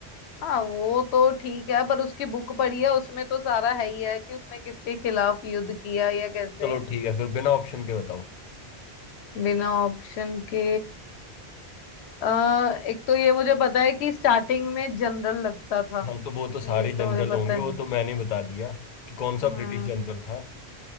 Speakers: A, on the left; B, on the left.
A: हाँ वो तो ठीक है पर उसकी बुक पढ़ी है उसमें तो सारा है ही है कि उसने किसके खिलाफ युद्ध किया या कैसे
B: चलो ठीक है फिर बिना ऑप्शन के बताओ
A: बिना ऑप्शन के आ, एक तो ये मुझे पता है कि स्टार्टिंग में जनरल लगता था
B: हाँ तो वो तो सारे
A: ये तो
B: जनरल
A: मुझे पता
B: होंगे वो
A: है
B: तो मैंने बता दिया कि कौन सा
A: हाँ
B: ब्रिटिश जनरल था